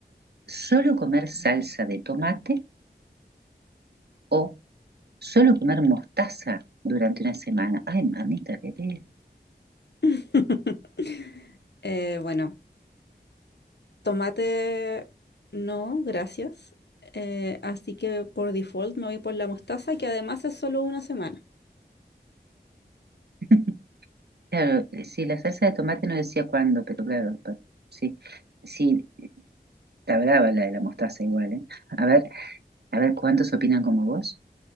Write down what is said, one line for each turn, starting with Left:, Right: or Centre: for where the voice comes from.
Right: ¿Solo comer salsa de tomate o solo comer mostaza durante una semana? Ay, mamita, qué te-
Left: <laughs> Eh, bueno, tomate no, gracias. Eh, así que por default me voy por la mostaza, que además es solo una semana.
Right: <laughs> Claro, eh, sí, la salsa de tomate no decía cuándo, pero claro, pa- sí. Sí, Está brava la de la mostaza igual, ¿eh? A ver, a ver cuántos opinan como vos.